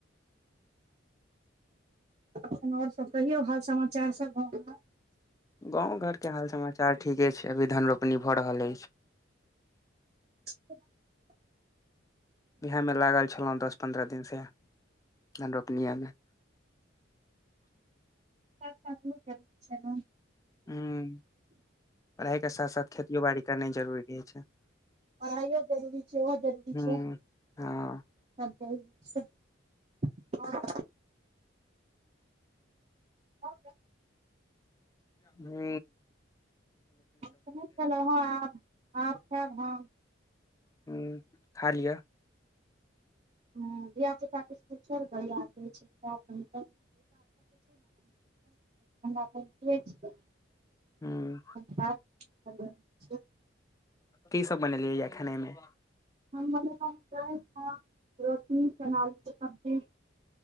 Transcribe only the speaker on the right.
तखन आओर सब कहियौ हाल समाचार सब गाव के हाल
<unintelligible>
सब काज जरूर छै न
पढ़ाइयो जरूरी छै ओहो जरूरी
छै
सब के सब घर भ गेल
हम त नै खेलौ हं आब खेएब हम
ह धिय पुता के स्कुल छोड़ि के हैया अब जाइछी छै कररा हमरा पर कनीक भेज दिय
दस अगस्त छियै
हम बनेलौ हं दालि भात रोट रोटी चना आलू के सब्जी